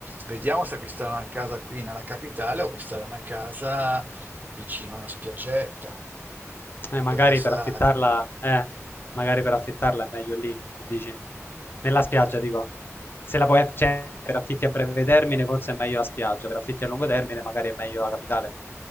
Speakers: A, on the right; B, on the left.
A: Vediamo se acquistare una casa qui nella capitale o acquistare una casa vicino a una spiaggetta,
B: eh, magari
A: perché sai,
B: per affittarla, eh, magari per affittarla è meglio lì, che dici? Nella spiaggia, dico. Se la puoi, aff- cioè, per affitti a breve termine, forse è meglio la spiaggia, per affitti a lungo termine, magari è meglio la capitale,